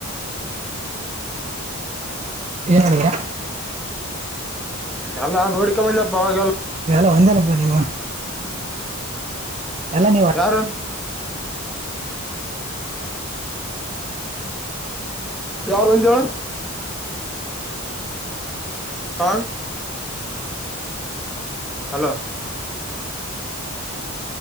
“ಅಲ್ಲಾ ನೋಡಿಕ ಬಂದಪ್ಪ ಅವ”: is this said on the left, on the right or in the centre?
Centre